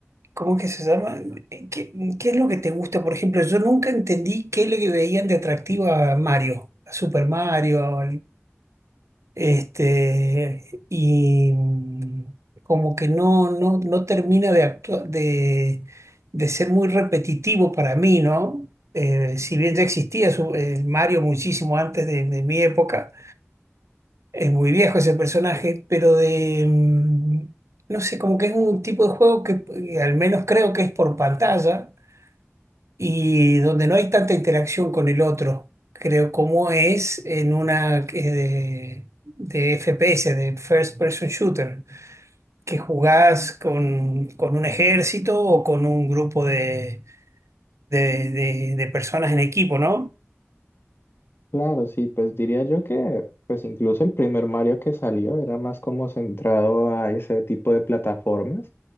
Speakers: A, on the right; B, on the left.
A: cómo que se llama? Eh, ¿Qué, qué es lo que te gusta? Por ejemplo, yo nunca entendí qué le veían de atractivo a Mario, a Super Mario. Este, y mm, como que no, no, no termina de, actua- de, de ser muy repetitivo para mí, ¿no? Eh, si bien ya existía su- el Mario muchísimo antes de, de mi época, es muy viejo ese personaje, pero de, mm, no sé, como que es un tipo de juego que eh, al menos creo que es por pantalla y donde no hay tanta interacción con el otro, creo, como es en una eh, de, de FPS, de First Person Shooter, que jugás con, con un ejército o con un grupo de, de, de- de personas en equipo, ¿no?
B: Claro, sí, pues diría yo que pues incluso el primer Mario que salió era más como centrado a ese tipo de plataformas.